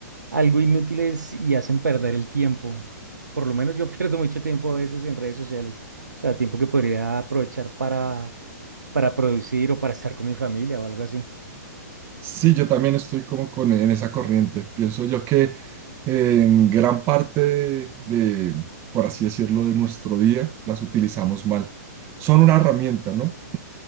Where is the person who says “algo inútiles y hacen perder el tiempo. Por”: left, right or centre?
Right